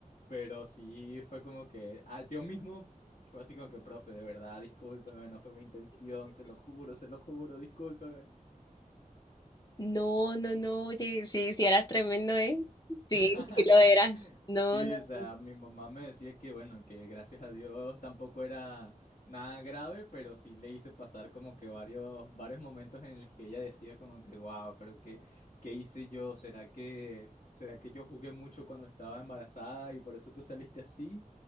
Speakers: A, on the left; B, on the left.
A: pero sí fue como que, ah, yo mismo fue así como que, profe, de verdad, discúlpeme, no fue mi intención, se lo juro, se lo juro, discúlpeme.
B: No, no, no, oye, sí, sí eras tremendo, ¿eh? Sí,
A: <laughs>
B: sí lo eras. No,
A: Sí,
B: no.
A: o sea,
B: no.
A: mi mamá me decía que bueno, que gracias a Dios tampoco era nada grave, pero sí le hice pasar como que varios, varios momentos en los que ella decía como que wow, pero qué, qué hice yo, ¿será que, será que yo jugué mucho cuando estaba embarazada y por eso tú saliste así?